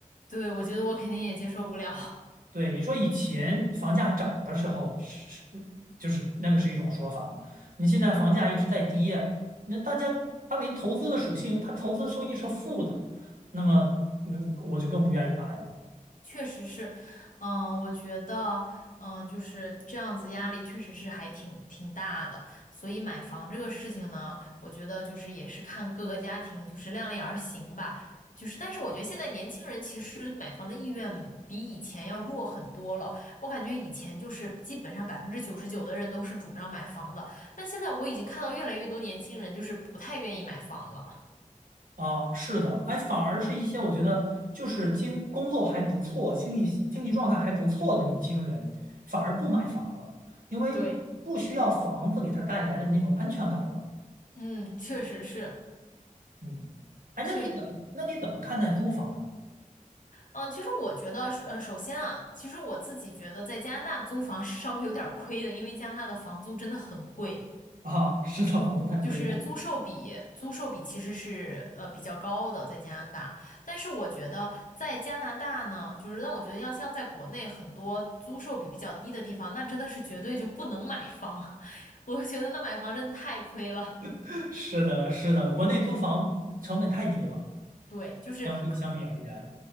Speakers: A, on the left; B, on the right.
A: 对，我觉得我肯定也接受不了。<laughs>
B: 对，你说以前房价涨的时候是，就是那个是一种说法嘛。你现在房价一直在跌，那大家它连投资的属性，它投资收益是负的，那么嗯我就更不愿意买了
A: 确实是，嗯，我觉得，嗯，就是这样子，压力确实是还挺挺大的。所以买房这个事情呢，我觉得就是也是看各个家庭就是量力而行吧。就是，但是我觉得现在年轻人其实买房的意愿比以前要弱很多了。我感觉以前就是基本上百分之九十九的人都是主张买房的，但现在我已经看到越来越多年轻人就是不太愿意买房了。
B: 啊。是的，哎，反而是一些我觉得就是经工作还不错、经济经济状态还不错的年轻人，反而不买房了，因为不需要房子给他带来的那种安全感了。
A: 对，嗯，确实是。
B: 嗯，哎，
A: 确实。
B: 那你怎么那你怎么看待租房呢？
A: 嗯，其实我觉得是，呃，首先啊，其实我自己觉得在加拿大租房是稍微有点儿亏的，因为加拿大的房租真的很贵，
B: 啊，是的，房租太贵了。
A: 就是租售比，租售比其实是呃比较高的在加拿大。但是我觉得在加拿大呢，就是让我觉得要像在国内很多租售比比较低的地方，那真的是绝对就不能买房，<laughs> 我觉得那买房真的太亏了。
B: <laughs> 是的，是的，国内租房成本太低了，
A: 对，就是
B: 相比相比而言